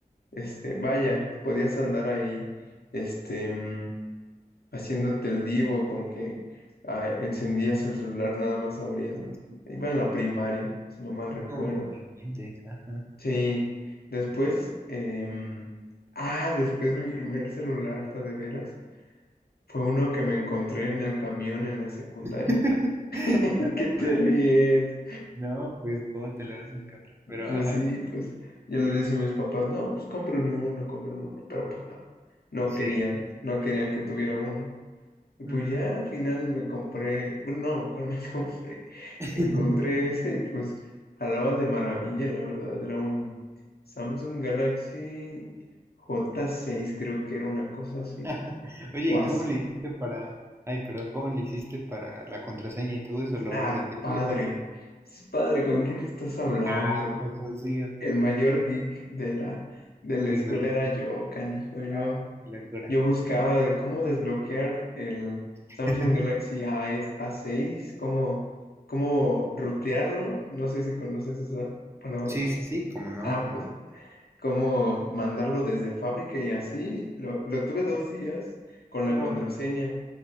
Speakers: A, on the left (about 80°); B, on the right (about 15°).
A: este, vaya, podías andar ahí, este, mm, haciéndote el divo con que ah, encendías el celular nada más abriéndolo.
B: Sí, sí, sí.
A: Iba en la primaria, si no mal recuerdo.
B: No, no inventes. Ajá.
A: Sí, después, em, ah, después mi primer celular, ta de veras, fue uno que me encontré en el camión en la secundaria.
B: <laughs>
A: <laughs>
B: No,
A: ¿Qué te
B: man.
A: ríes?
B: No, pues, ¿cómo te lo vas a encontrar? Pero,
A: Pues
B: ajá,
A: sí, pues yo le decía a mis papás, no, pues compren uno, compren uno, pero pues no, no
B: sí,
A: querían,
B: sí.
A: no querían que tuviera uno. Y pues
B: Ujú.
A: ya al final me compré, bueno, no, ¿cuál me <laughs> compré?
B: <laughs>
A: Encontré ese y pues jalaba de maravilla, la verdad. Era un Samsung Galaxy J6, creo que era una cosa así.
B: <laughs> Oye,
A: O
B: ¿y
A: AC.
B: ¿cómo le hiciste para... Ay, perdón, ¿cómo le hiciste para la contraseña y todo eso? ¿Lo
A: Ah,
B: reseteaste
A: padre.
B: de fábrica?
A: Es padre, ¿con quién estás hablando?
B: Ah, ¿a poco sí, ¿a poco
A: El mayor
B: sí?
A: geek de la, de la
B: Tecnología.
A: escuela era yo, canijo, yo.
B: Ah, qué locura.
A: Yo buscaba de cómo desbloquear el
B: <laughs>
A: Samsung Galaxy A A6, cómo, cómo rutearlo. No sé si conoces esa palabra.
B: Sí, sí, sí, ¿cómo no?
A: Ah,
B: ¿Cómo
A: pues,
B: no?
A: cómo mandarlo desde fábrica y así. Lo, lo tuve dos días con la
B: No,
A: contraseña